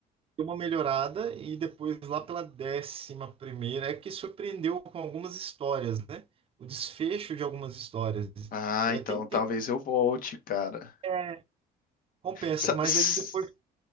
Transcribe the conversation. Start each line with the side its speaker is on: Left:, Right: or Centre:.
Right: deu uma melhorada e depois lá pela décima primeira é que surpreendeu com algumas histórias, né? O desfecho de algumas histórias.
Left: Ah,
Right: É,
Left: então
Right: tem, tem,
Left: talvez eu volte, cara.
Right: é, compensa,
Left: Sa-
Right: mas
Left: s-
Right: aí depois